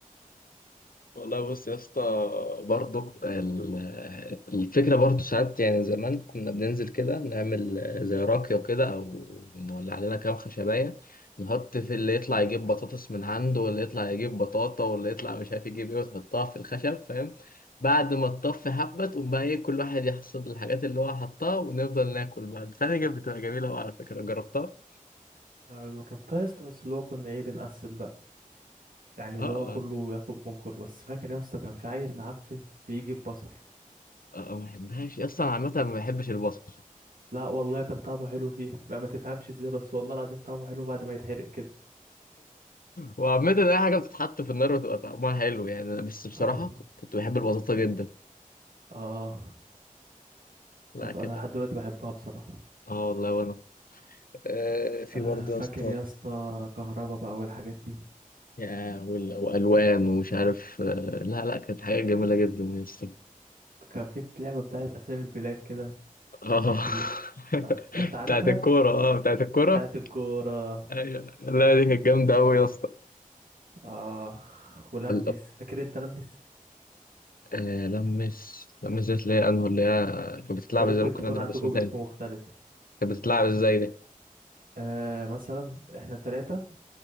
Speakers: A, on the left (about 85°); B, on the right (about 80°).
A: والله بص يا اسطى برضه ال- الفكرة برضه ساعات يعني زمان كنا بننزل كده نعمل زي راكية كده أو نولع لنا كام خشباية نحط في اللي يطلع يجيب بطاطس من عنده واللي يطلع يجيب بطاطا واللي يطلع مش عارف يجيب إيه وتحطها في الخشب فاهم بعد ما تطفي حبة تقوم بقى إيه كل واحد يحصد الحاجات اللي هو حطها ونفضل ناكل بقى بتاعتي كانت بتبقى جميلة أوي على فكرة جربتها؟
B: آه، جربتها يا اسطى بس اللي هو كنا ايه بنقسم بقى يعني
A: آه
B: اللي
A: آه
B: هو كله ياخد من كله بس فاكر يا اسطى كان في عيل معفن بيجي ببصل
A: آه ما بحبهاش أصلا عامة ما بحبش البصل
B: لا والله كان طعمه حلو فيها بقى ما تفهمش ازاي بس والله العظيم طعمه حلو بعد ما يتحرق كده
A: وعامة أي حاجة بتتحط في النار بتبقى طعمها حلو يعني أنا بس بصراحة
B: <laughs>
A: كنت
B: اه
A: كنت بحب البساطة جدا
B: اه
A: لا
B: بط...
A: كده
B: انا لحد دلوقتي بحبها بصراحه
A: اه والله وأنا آه في
B: آه
A: برضه
B: فاكر
A: يا اسطى
B: يا اسطى كهربا بقى والحاجات دي
A: يا وال- وألوان ومش عارف آه لا لا كانت حاجة جميلة جدا يا اسطى
B: كان في لعبة بتاعت أسامي البلاد كده
A: اه
B: كنت اللي هو
A: <laughs>
B: آه، أنت عارفها
A: بتاعت الكورة اه بتاعت الكورة
B: بتاعت الكورة
A: أيوة لا دي كانت جامدة أوي يا اسطى
B: آه ولمس
A: ال-
B: فاكر أنت لمس
A: آه لمس لمس دي اللي هي أنهو اللي هي كانت بتتلعب
B: ده ممكن
A: ازاي ممكن
B: تكون
A: أضرب
B: عندكم
A: اسم تاني
B: اسم مختلف
A: كانت بتتلعب ازاي
B: آه مثلا إحنا تلاتة